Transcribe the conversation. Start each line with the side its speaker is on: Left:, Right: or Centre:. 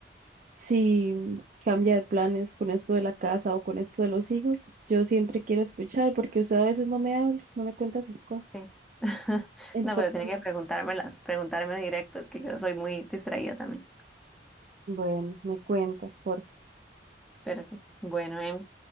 Right: Si cambia de planes con esto de la casa o con esto de los hijos, yo siempre quiero escuchar porque usted a veces no me habla, no me cuenta sus cosas.
Centre: Sí. <laughs>
Right: Entonces,
Centre: No, pero tiene que preguntármelas, preguntarme directo, es que yo soy muy distraída también.
Right: bueno, me cuentas, por
Centre: Pero sí. Bueno, Em,